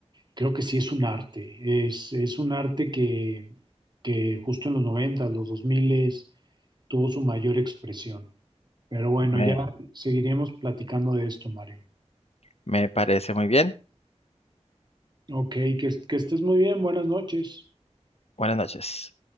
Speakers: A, on the right; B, on the left.
A: creo que sí es un arte, es, es un arte que, que justo en los 90 los 2000 tuvo su mayor expresión. Pero bueno,
B: Me,
A: ya seguiremos platicando de esto, Mario.
B: me parece muy bien.
A: Ok, que, que estés muy bien, buenas noches.
B: Buenas noches.